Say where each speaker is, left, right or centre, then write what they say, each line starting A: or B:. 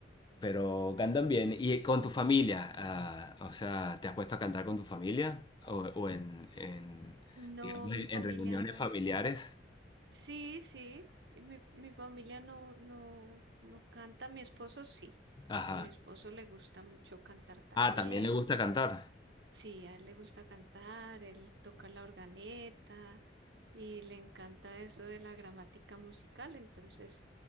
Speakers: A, on the left; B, on the right.
A: Pero cantan bien. ¿Y con tu familia? ah, o sea, ¿te has puesto a cantar con tu familia? ¿O, o en, en,
B: No,
A: digamos,
B: mi familia
A: en reuniones
B: no.
A: familiares?
B: Sí, sí, y mi, mi familia no, no, no canta, mi esposo sí,
A: Ajá.
B: a mi esposo le gusta mucho cantar también,
A: Ah, también le gusta cantar.
B: sí, a él le gusta cantar, él toca la organeta y le encanta eso de la gramática musical, entonces